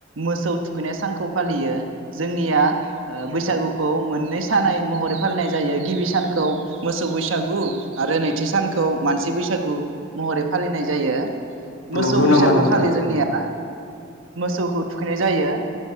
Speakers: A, on the right; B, on the left.
A: मोसौ थुखैनाय सानखौ फालियो जोंनिया बैसागुखौ मोननै सानै महरै फालिनाय जायो गिबि सानखौ मोसौ बैसागु आरो नैथि सानखौ मानसि बैसागु। महरै फालिनाय जायो। मोसौ
B: नंगौ
A: बैसागु
B: नामा नोंथां
A: खालि जोंनिया मोसौखौ थुखैनाय जायो